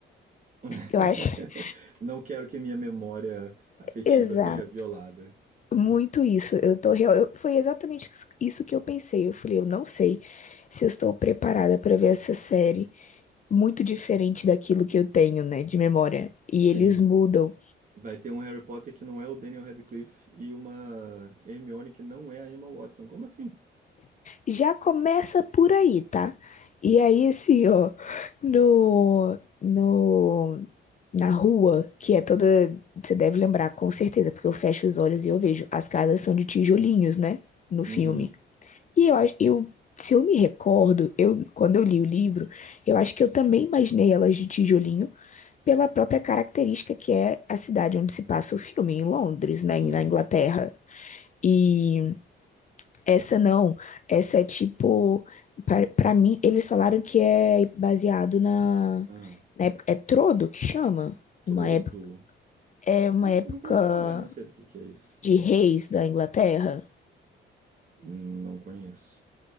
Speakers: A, on the right; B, on the left.
A: <laughs>
B: eu acho. <laughs>
A: Não quero que minha memória afetiva
B: Exato.
A: seja violada.
B: Muito isso. Eu tô real. eu- foi exatamente isso que eu pensei. Eu falei, eu não sei se eu estou preparada para ver essa série. muito diferente daquilo que eu tenho, né, de memória.
A: Sim,
B: E eles mudam.
A: vai ter um Harry Potter que não é o Daniel Radcliffe e uma Hermione que não é a Emma Watson. Como assim?
B: Já começa por aí, tá? E aí, assim, ó, no, no, na rua, que é toda. Você deve lembrar, com certeza, porque eu fecho os olhos e eu vejo. As casas são de tijolinhos, né? No
A: Uhum,
B: filme. E eu acho, eu, se eu me recordo, eu, quando eu li o livro, eu acho que eu também imaginei elas de tijolinho pela própria característica que é a cidade onde se passa o filme, em Londres, né,
A: uhum.
B: na Inglaterra. E essa não, essa é tipo, pra pra mim, eles falaram que é baseado na,
A: Ah,
B: na época, é Trodo que chama?
A: Trodo?
B: Uma época, é uma
A: Nu-
B: época
A: Nunca ouvi falar, não sei do que que é isso.
B: de reis da Inglaterra.
A: Não conheço.